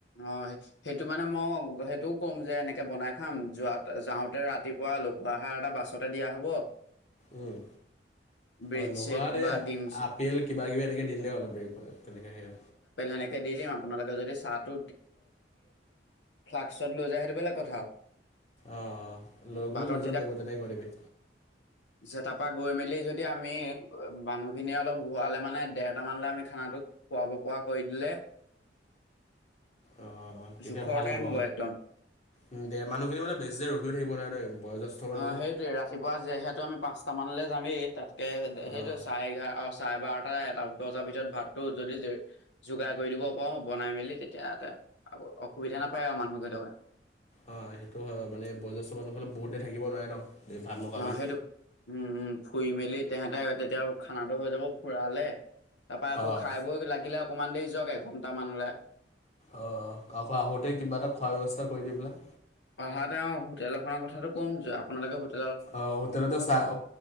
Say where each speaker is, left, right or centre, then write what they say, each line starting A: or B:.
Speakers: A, on the left (about 80°); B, on the left (about 40°).
A: অ' সেইটো মানে মই সেইটোও কম যে এনেকে বনাই খাম যোৱা যাওঁতে ৰাতিপুৱা লঘুআহাৰ এটা বাছতে দিয়া হব
B: উম।
A: ব্ৰেড
B: অ' লঘু
A: চেড
B: আহাৰত
A: বা
B: এই
A: ডিম
B: আপেল কিবা কিবি এনেকে দিলে অলপ তেনেকে সেই
A: এনেকে দি দিম আপোনালোকে যদি চাহ টো ফ্লাক্সত লৈ যায় সেইটো বেলেগ কথা আৰু
B: অ' লৈ
A: পাতত
B: গ'লে লৈ যাব পাৰিব তেনেক কৰিবি
A: পিছে তাৰ পৰা গৈ মেলি যদি আমি মানুহখিনিয়ে অলপ ঘূৰালে মানে দেৰটা মানলে আমি খানাটো খোৱাব পৰা কৰি দিলে
B: অ' তেতিয়া
A: জোখৰ
B: ভাল
A: টাইম
B: হ'ব
A: একদম
B: উ দে মানুহখিনি মানে বেছি দে ৰখিও থাকিব নোৱৰে ন বয়োজ্যেষ্ঠ মানুহ
A: অ'
B: যে
A: সেইটোয়ে ৰাতিপুৱা যেহে টো আমি পাঁচটামানলৈ যামেই তাতকৈ
B: অঁ
A: সেইটো চাৰে এঘাৰ অ' চাৰে বাৰটা এটা বজাৰ ভিতৰত ভাত টো যদি যোগাৰ কৰি দিব পাৰো বনাই মেলি তেতিয়াতে অসুবিধা নাপায় আৰু মানুহকেইটাই। <unintelligible>
B: অ' সেইটো হয় মানে বয়োজেষ্ঠ মানুহ হলে বহুত দেৰি থাকিব নোৱাৰে ন এই ভাত নোখোৱাকে
A: অ' সেইটো উম উম ফুই মেলি তেহেতে তেতিয়া খানাটো হৈ যাব ফুৰালে, তাৰপা আকৌ
B: অঁ
A: খাই বৈ লাগিলে অকণমান দেৰি যাওক এঘণ্টামানলৈ
B: অ' আকৌ আহোতে কিবা এটা খোৱাৰ ব্যৱস্থা কৰি দি পেলাই
A: অহাতে তেওঁ হোটেল এখনৰ কথাটো ক'ম আপোনালোকে হোটেল
B: অ' হোটেলতে চাহ